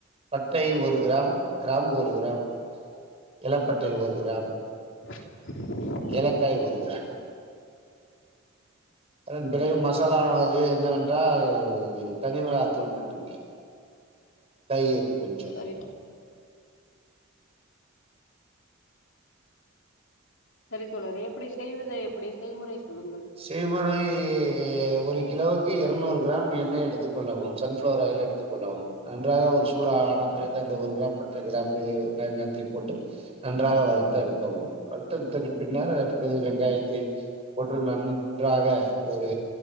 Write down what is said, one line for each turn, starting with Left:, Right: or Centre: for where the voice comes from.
Right: பட்டை ஒரு கிராம் கிராம்பு ஒரு கிராம் எலப்பட்டை ஒரு கிராம்
Left: <inaudible>
Right: ஏலக்காய் ஒரு கிராம் அதன் பிறகு மசாலான அது என்னவென்றால் தனிமிளகா தூள் மட்டுமே தயிர் கொஞ்சம்
Left: செரி செரி தோழரே எப்டி செய்வது எப்டி செய்முறை சொல்லு
Right: செய்முறை ஒரு கிலோவுக்கு எர்நூறு கிராம் எண்ணெய் எடுத்துக் கொள்ளவும் சன்ஃப்ளவர் ஆயில் எடு த்துக் கொள்ளவும் நன்றாக ஒரு சூடா ஆன பிறகு அந்த ஒரு கிராம் பட்ட கிராம்பு ஏலங்கத்தி போட்டு நன்றாக வறுத்தெடுக்கவும் வறுத்தெடுத்தது பின்னர் அடுத்தது வெங்காயத்தை போட்டு நன்றாக ஒரு